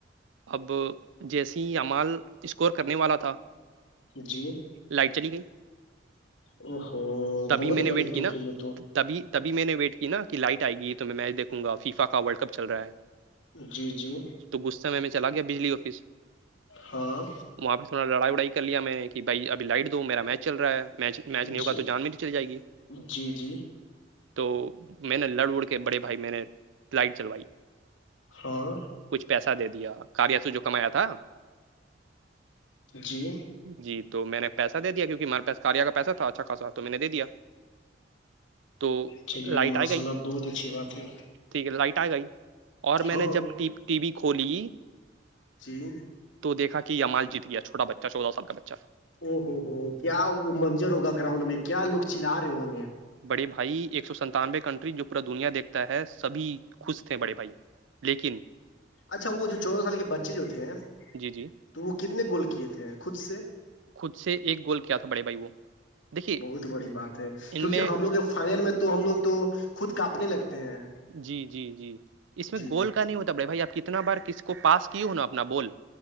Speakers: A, on the right; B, on the left.
A: اب جیسی یہعمال اسکور کرنے والا تھا
B: جی
A: لائٹ چلی گئی
B: او ہو
A: تبھی
B: بہت
A: میں نے
B: بڑی
A: ویٹ کی
B: دکھ
A: نا
B: ہے یہ تو
A: تبھی تبھی میں نے ویٹ کی نا کہ لائٹ آئے گی تو میں میچ دیکوں گا فیفا کا ورلڈ کپ چل رہا ہے
B: جی جی
A: تو غصہ میں میں چلا گیا بجلی آفس
B: ہاں
A: وہاں پہ سونا لڑائی وڑائی کر لیا میں نے کہ بھائی اب لائٹ دو میرا مچ چل رہا ہے میچ میچ نہیں ہوگا
B: جی
A: تو جان میں چلی جائے گی
B: جی جی
A: تو میں نے لڑ اڑ کے بڑے بھائی میں نے فلائٹ چلوائی
B: ہاں
A: کچھ پیسہ دے دیا کاریاسو جو کمایا تھا
B: جی
A: جی تو میں نے پیساے دیا کیونکہ ہمارے پاس کاریا کا پیسہ تھا اچھا خا تو میں نے دیا تو
B: چلیے
A: لائٹ
B: ماشاء
A: آ گئی
B: اللہ بہت اچھی بات ہے
A: ٹھیک ہے لائٹ آئے گئی اور میں
B: ہاں
A: نے جب ٹی وی کھولی
B: جی
A: تو دیکھا کہ یہ مال جیت گیا چھوٹا بچہ چودہ سال کا بچہ
B: او ہوو ہو کیا وہ منجر ہوگا گراؤنڈ میں کیا لوگ چلا رہے ہوں گے
A: بڑے بھائی ایک سو سنتانوے کنٹری جو پورا دنیا دیکھتا ہے سبھی خوش تھے بڑے بھائی لیکن
B: اچھا وہ جو چودہ سال کے بچے جو تھے
A: جی جی
B: تو وہ کتنے گول کیے تھے ہیں خود سے
A: خود سے ایک گول کیا تھا بڑے بھائی وہ دیکھیے
B: بہت بڑی بات ہے
A: ان
B: کیونکہ
A: میں
B: ہم لوگ فائنل میں تو ہم لوگ تو خود کاپنے لگتے ہیں
A: جی جی جی اس میں
B: جی
A: گول کا نہیں ہوتا بڑھائی بھائی آپ کتنا بار کس کو پاس کیے ہو نا اپنا بول